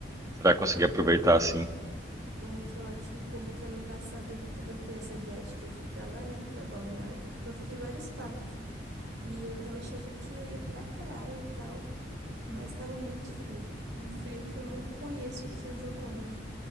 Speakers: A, on the right; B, on the right.
A: você vai conseguir aproveitar assim.
B: ai, que ótimo, porque ano passado eu t- eu fui essa viagem que eu fui pra lá, né, Pra Balneário. Eu fiquei em várias partes. E eu tava achando que eu ia pra praia e tal. Mas tava muito frio, tipo, um frio que eu não conheço aqui onde eu moro.